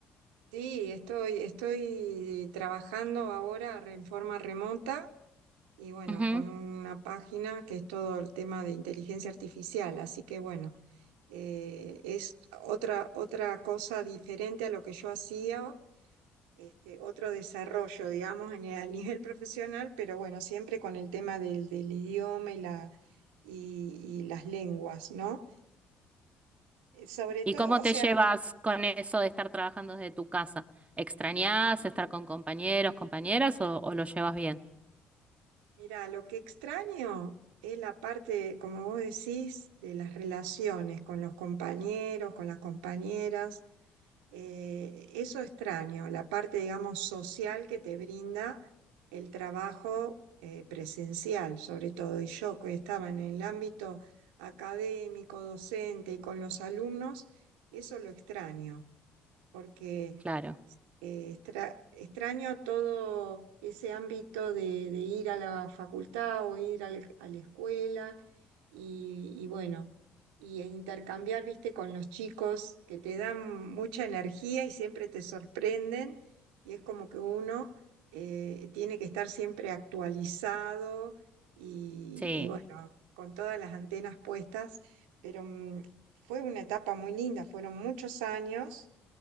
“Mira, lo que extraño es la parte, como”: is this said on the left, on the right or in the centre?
Right